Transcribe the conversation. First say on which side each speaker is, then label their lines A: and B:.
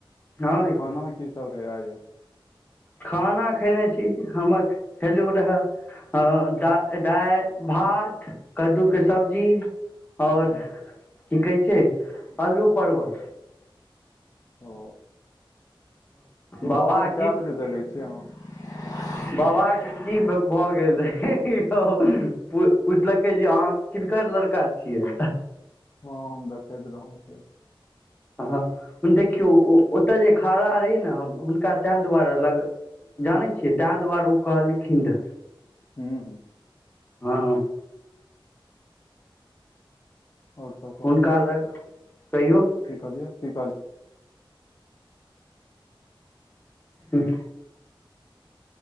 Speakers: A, on the left; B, on the left.
A: हँ यौ
B: आर की सब रहै आय यौ
A: खाना खेने छी हम हेलू रहए ह द दालि भात कद्दूके सब्जी आओर
B: अच्छा ओ
A: की कहै छै अलू परवल
B: ओ सुबह
A: बाबा
B: मे कए बजे जगै छी अहाँ
A: बाबा की भऽ गेल रहे पुछलकै जे अहाँ किनकर लड़का छियै
B: हँ हम देखैत रहौं से
A: हँ देखियौ ओतय जे खाड़ा रहै न हम हुनका ताहि दुआरे लग जानै छियै तांइ दुआरे ओ कहलखिन रहऽ
B: हूँ हूँ
A: हँ
B: आओर सब कहू
A: हुनका लग कहियौ
B: की कहलियै की कहलै
A: हूँ